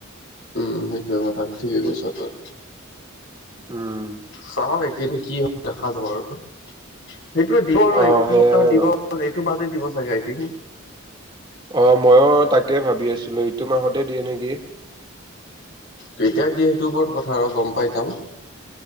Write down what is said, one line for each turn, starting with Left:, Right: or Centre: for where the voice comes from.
Left: উম সেইটোয়ে, কথাটো ঠিকে কৈছ তই।
Right: উম
Left: চাও এই কেইদিন কি হৈ দেখা যাব আৰু সেইটোৱে দিব আৰু
Right: অ
Left: এই
Right: সেইয়াই
Left: সপ্তাহত
Right: আৰু
Left: দিব। এইটো মাহতে দিব চাগে আইথিং।
Right: অ ময়ো তাকে ভাবি আছিলো ইটো মাহতে দিয়ে নেকি?
Left: কেতিয়া দিয়ে সেইটোৰ ওপৰত কথা আৰু গম পাই যাম।